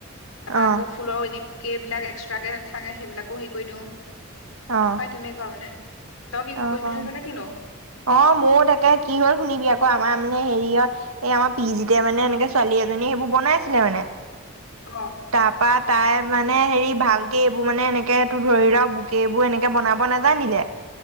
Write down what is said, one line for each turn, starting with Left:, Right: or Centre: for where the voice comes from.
Left: তাৰপা
Right: অ অ
Left: আকৌ ফুলৰ এনে। কেইবিলাক এক্সট্ৰাকে নাথাকে সেইবিলাকো হেৰি কৰি দিও
Right: অ
Left: হয় তেনেকুৱা মানে। তই কি
Right: অ
Left: কৰিম বুলি ভাবিছ নে কিনো
Right: অ মোৰো তাকে কি হ'ল শুনিবি আকৌ। আমাৰ মানে হেৰিয়ৰ এই আমাৰ পিজতে মানে এনেকে ছোৱালী এজনী সেইবোৰ বনাইছিলে মানে।
Left: অ
Right: তটা পাত তাই মানে হেৰি ভালকে এইবোৰ মানে এনেকে ত ধৰি লও বোকে এইবোৰ এনেকে বনাব নাজানিলে।